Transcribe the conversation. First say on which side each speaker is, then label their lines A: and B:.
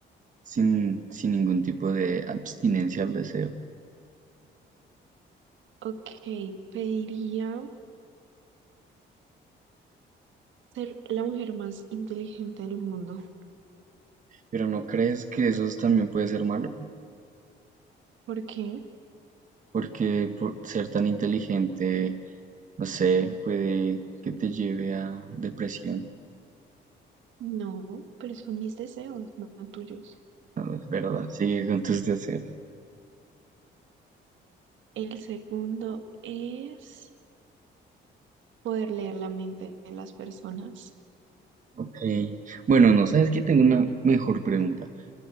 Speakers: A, on the right; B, on the right.
A: sin, sin ningún tipo de abstinencia al deseo?
B: Ok, pediría ser la mujer más inteligente del mundo.
A: Pero ¿no crees que eso también puede ser malo?
B: ¿Por qué?
A: Porque por ser tan inteligente, no sé, puede que te lleve a depresión.
B: No, pero son mis deseos, no tuyos.
A: Es verdad, sigue con tus deseos.
B: El segundo es poder leer la mente de las personas.
A: Ok. Bueno, no sabes que tengo una mejor pregunta.